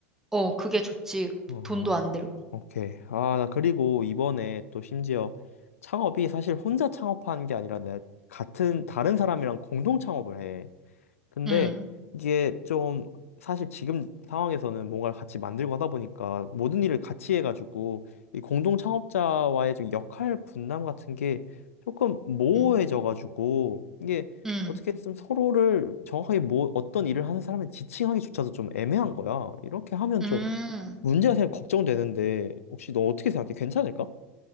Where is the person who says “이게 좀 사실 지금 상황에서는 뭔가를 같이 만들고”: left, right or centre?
Left